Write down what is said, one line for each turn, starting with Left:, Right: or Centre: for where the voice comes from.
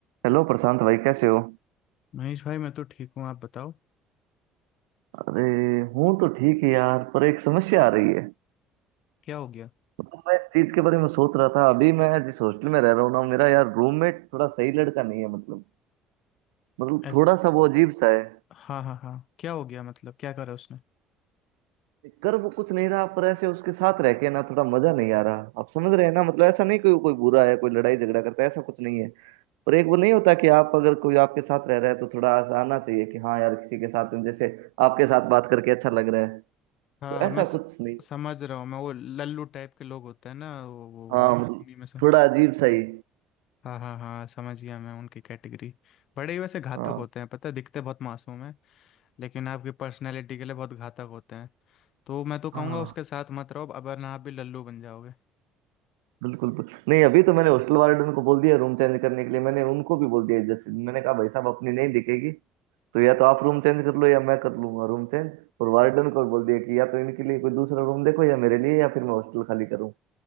Right: Hello Prashant भाई कैसे हो
Left: महेश भाई मैं तो ठीक हूँ आप बताओ
Right: अरे हूँ तो ठीक है यार पर एक समस्या आ रही है
Left: क्या हो गया
Right: मतलब मैं इस चीज के बारे में सोच रहा था अभी मैं जिस हॉस्टल में रह रहा हूँ ना मेरा यार रूममेट थोड़ा सही लड़का नहीं है मतलब मतलब
Left: ऐस
Right: थोड़ा सा वो अजीब सा है
Left: हाँ हाँ हाँ क्या हो गया मतलब क्या करा उसने
Right: कर वो कुछ नहीं रहा पर ऐसे उसके साथ रह के ना थोड़ा मजा नहीं आ रहा आप समझ रहे हैं ना मतलब ऐसा नहीं कोई कोई बुरा है कोई लड़ाई झगड़ा करता है ऐसा कुछ नहीं है पर एक वो नहीं होता कि आप अगर कोई आपके साथ रह रहा है तो थोड़ा ऐसा आना चाहिए कि हाँ यार किसी के साथ जैसे आपके साथ बात करके अच्छा लग रहा है
Left: हाँ
Right: तो ऐसा
Left: मैं स...
Right: कुछ नहीं
Left: समझ रहा हूँ मैं वो लल्लू टाइप के लोग होते हैं ना वो वो वो-
Right: हाँ मतलब
Left: उन्हीं में से
Right: थोड़ा अजीब सा ही
Left: हाँ हाँ हाँ समझ गया मैं उनकी कैटेगरी बड़े ही वैसे घातक
Right: हाँ
Left: होते हैं पता है दिखते बहुत मासूम हैं लेकिन आपकी पर्सनैलिटी के लिए बहुत घातक होते हैं तो मैं तो कहूँगा
Right: हाँ
Left: उसके साथ मत रहो अब वरना आप भी लल्लू बन जाओगे
Right: बिल्कुल बिल्कुल। नहीं अभी तो मैंने हॉस्टल वार्डन को बोल दिया रूम चेंज करने के लिए मैंने उनको भी बोल दिया जैसे मैंने कहा भाई साहब अपनी नहीं दिखेगी तो या तो आप रूम चेंज कर लो या मैं कर लूंगा रूम चेंज और वार्डन को बोल दिया कि या तो इनके लिए कोई दूसरा रूम देखो या मेरे लिए या फिर मैं हॉस्टल खाली करूँ